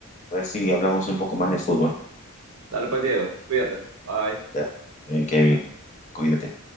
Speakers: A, on the left (about 35°); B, on the right (about 80°).
A: a ver si hablamos un poco más de fútbol.
B: Dale pues, Diego. Cuídate. Bye.
A: Ya, Está bien, Kevin, cuídate.